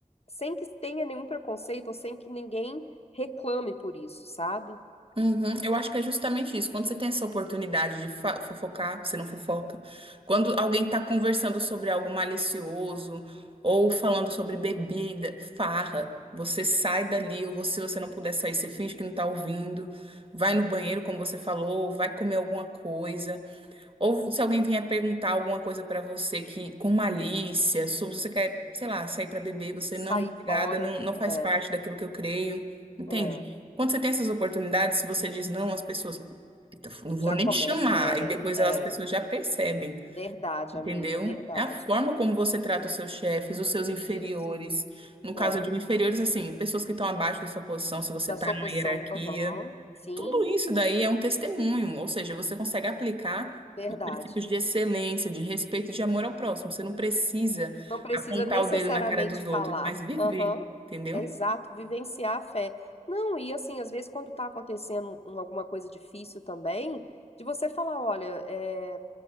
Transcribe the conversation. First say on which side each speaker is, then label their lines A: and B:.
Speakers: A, on the left (about 45°); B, on the right (about 40°).
A: sem que tenha nenhum preconceito ou sem que ninguém reclame por isso, sabe?
B: Uhum. Eu acho que é justamente isso. Quando você tem essa oportunidade de fa- fofocar, você não fofoca. Quando alguém está conversando sobre algo malicioso ou falando sobre bebida, farra, você sai dali, ou você- se você não puder sair, você finge que não está ouvindo, vai no banheiro, como você falou, vai comer alguma coisa. Ou se alguém vier perguntar alguma coisa pra você que com malícia, se você quer, sei lá, sair pra beber, você
A: Sair
B: não, é obrigada,
A: fora,
B: não, não faz
A: é,
B: parte daquilo que eu creio, entende?
A: é,
B: Quando você tem essas oportunidades, se você diz não, as pessoas, "Eita, não vou
A: já
B: nem
A: começa,
B: chamar,
A: é,
B: e depois
A: é,
B: elas- as pessoas já percebem,
A: verdade,
B: entendeu?
A: amiga, verdade.
B: É a forma como você trata os seus chefes, os seus inferiores.
A: Isso,
B: No caso
A: é,
B: de inferiores, assim, pessoas que estão abaixo da sua posição, se você
A: da
B: tá
A: sua
B: numa
A: posição,
B: hierarquia.
A: aham, sim,
B: Tudo isso daí é um testemunho, ou seja, você consegue aplicar
A: verdade.
B: os princípios de excelência, de respeito e de amor ao próximo. Você não precisa
A: Não precisa
B: apontar
A: necessariamente
B: o dedo na cara dos
A: falar.
B: outros, mas viver,
A: Aham,
B: entendeu?
A: é exato, vivenciar a fé. Não, e assim, às vezes quando tá acontecendo um- alguma coisa difícil também, de você falar, olha, é,